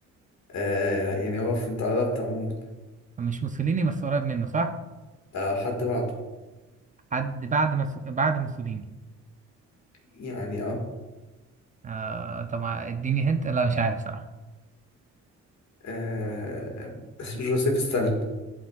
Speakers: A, on the left; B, on the right.
A: آه يعني هو في- أنت قربت عموما
B: مش موسوليني بس قريب منه صح؟
A: آه حد بعده
B: حد بعد مسو... بعد موسوليني
A: يعني اه
B: آه طب ما اديني هنت لا مش عارف صراحة
A: آه جوزيف ستالين